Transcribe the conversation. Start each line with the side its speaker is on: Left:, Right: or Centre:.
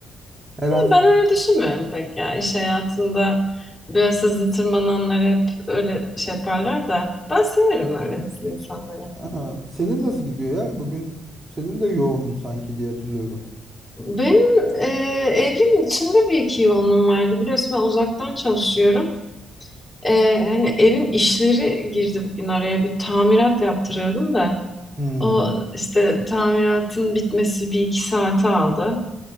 Right: Her an
Left: Ben öyle düşünmüyorum pek ya. İş hayatında biraz hızlı tırmananlar hep öyle şey yaparlar da ben severim öyle hızlı insanları.
Right: Aa, senin nasıl gidiyor ya? Bugün senin de yoğundu sanki diye hatırlıyorum.
Left: Benim e, evin içinde bir iki yoğunluğum vardı. Biliyorsun ben uzaktan çalışıyorum. E, hani evin işleri girdi bugün araya. Bir tamirat yaptırıyordum da.
Right: Hmm.
Left: O işte tamiratın bitmesi bir iki saate aldı.